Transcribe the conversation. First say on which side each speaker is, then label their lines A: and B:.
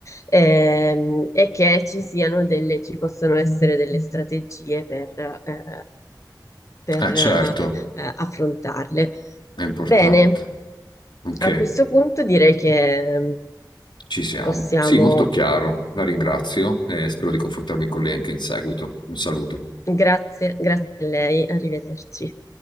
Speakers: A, on the left (about 40°); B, on the left (about 85°).
A: ehm, e che ci siano delle, ci possono essere delle strategie per, eh, per,
B: Ah, certo,
A: eh, affrontarle.
B: è importante.
A: Bene,
B: Ok,
A: a questo punto direi che
B: ci siamo.
A: possiamo,
B: Sì, molto chiaro, la ringrazio e spero di confrontarmi con lei anche in seguito. Un saluto.
A: grazie, grazie a lei, arrivederci.